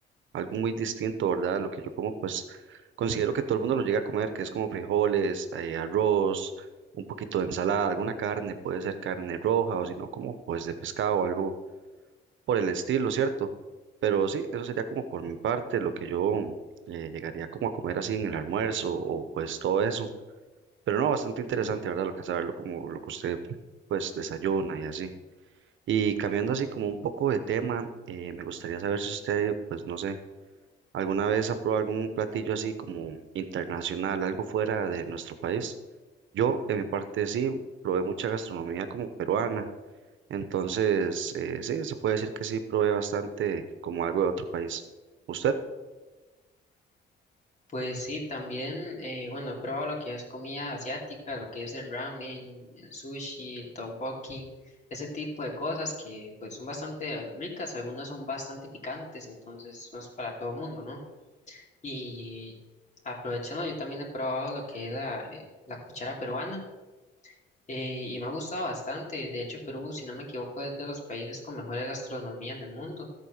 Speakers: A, on the right; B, on the left.
A: algo muy distinto, ¿verdad? Lo que yo como, pues considero que todo el mundo lo llega a comer, que es como frijoles, eh, arroz, un poquito de ensalada, alguna carne, puede ser carne roja o si no, como pues de pescado o algo por el estilo, ¿cierto? Pero sí, eso sería como por mi parte lo que yo eh, llegaría como a comer así en el almuerzo o pues todo eso. Pero no, bastante interesante, ¿verdad? Lo que saberlo como lo que usted pues desayuna y así. Y cambiando así como un poco de tema, eh, me gustaría saber si usted, pues no sé, alguna vez ha probado algún platillo así como internacional, algo fuera de nuestro país. Yo, en mi parte, sí, probé mucha gastronomía como peruana. Entonces, eh, sí, se puede decir que sí, probé bastante como algo de otro país. ¿Usted?
B: Pues sí, también, eh, bueno, he probado lo que es comida asiática, lo que es el ramen, el sushi, el tteokbokki, ese tipo de cosas que pues son bastante ricas, algunas son bastante picantes, entonces no es para todo mundo, ¿no? Y aprovechando, yo también he probado lo que es la, eh, la cuchara peruana, eh, y me ha gustado bastante. De hecho, Perú, si no me equivoco, es de los países con mejor gastronomía en el mundo.